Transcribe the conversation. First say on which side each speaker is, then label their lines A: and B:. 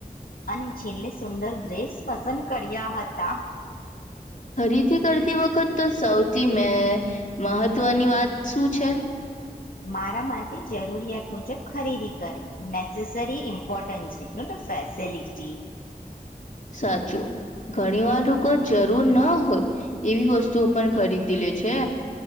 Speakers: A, on the left; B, on the left.
A: અને છેલ્લે સુંદર દેશ પસંદ કર્યા હતા.
B: ખરીદી કરતી વખત તો સૌથી મે મહત્વની વાત શું છે.
A: મારા માટે જરૂરિયાત મુજબ ખરીદી કરવી નેસેસરી ઇમ્પોર્ટન્ટ છે ફેસિલિટી
B: સાચું ઘણી વાર લોકો જરૂર ના હોય એવી વસ્તુઓ પણ ખરીદી લે છે.